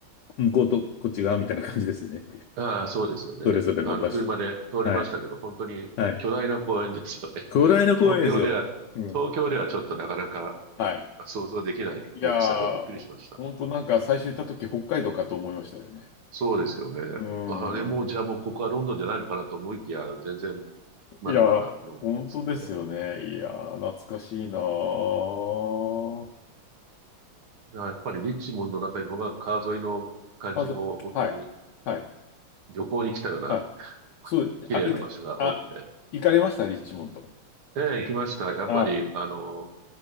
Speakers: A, on the left (about 70°); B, on the right (about 75°).
A: 向こうとこっち側みたいな感じですね。
B: ああ、そうですよね。
A: それぞれの場所。
B: あの、車で通りましたけど、
A: はい。
B: 本当に巨大な公園ですよね。
A: はい。巨大な公園ですよ。
B: <laughs> 東京では、
A: うん。
B: 東京ではちょっとなかなか
A: はい。
B: 想像できない大きさでびっくりしました。
A: いやー、本当なんか最初行った時北海道かと思いましたよね。
B: そうですよね。
A: うー
B: あれも、
A: ん。
B: じゃあもうここはロンドンじゃないのかなと思いきや、全然まだまだロンドンですからね。
A: いや、本当ですよね。いやー、懐かしいなー。
B: だからやっぱりリッチモンドのあたりの方が川沿いの感じも本当に
A: あ、そ、はい。はい。
B: 旅行に来たような
A: はい。そう、
B: 綺麗な場所が多くて。
A: あ、いか、あ、行かれましたリッチモンド。
B: ええ、行きました。やっぱり、
A: あ、
B: あの、